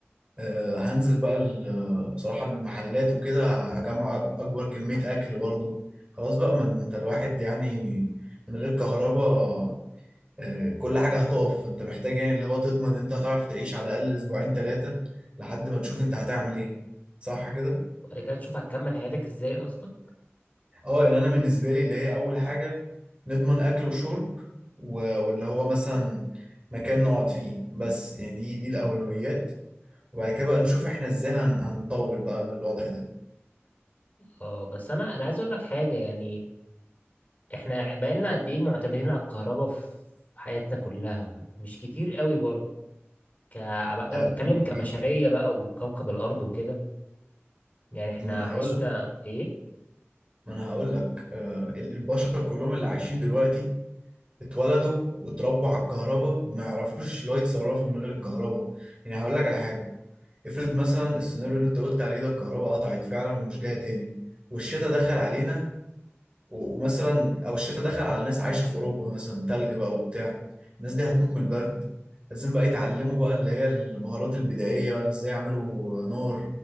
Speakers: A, on the right; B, on the left.
A: آه، هنزل بقى ال- آه، بصراحة المحلات وكده هجمع أكبر كمية أكل برضه خلاص بقى ما أنت الواحد يعني من غير كهرباء آه، كل حاجة هتقف فأنت محتاج يعني اللي هو تضمن إن أنت هتعرف تعيش على الأقل أسبوعين تلاتة لحد ما تشوف أنت هتعمل إيه صح كده؟
B: بعد كده تشوف هتكمل حياتك ازاي قصدك
A: اه يعني انا بالنسبه لي اللي هي اول حاجه نضمن اكل وشرب و- واللي هو مثلا مكان نقعد فيه بس يعني دي دي الاولويات وبعد كده بقى نشوف احنا ازاي هن- هنطول بقى بالوضع ده
B: اه بس انا انا عايز اقول لك حاجة يعني احنا بقالنا قد ايه معتمدين على الكهرباء في حياتنا كلها مش كتير قوي برضه ك... انا
A: لا
B: بتكلم
A: يا عم كتير
B: كبشريه بقى وكوكب الارض وكده يعني احنا
A: ما انا
B: عشنا
A: هقول لك
B: ايه
A: ما انا هقول لك آه ال- البشر كلهم اللي عايشين دلوقتي اتولدوا واتربوا على الكهرباء وما يعرفوش اللي هو يتصرفوا من غير الكهرباء يعني هقول لك على حاجه افرض مثلا السيناريو اللي انت قلت عليه ده الكهرباء قطعت فعلا ومش جايه تاني والشتاء دخل علينا و- ومثلا او الشتاء دخل على ناس عايشه في اوروبا مثلا تلج بقى وبتاع الناس دي هتموت من البرد لازم بقى يتعلموا بقى اللي هي المهارات البدائيه بقى ازاي يعملوا نار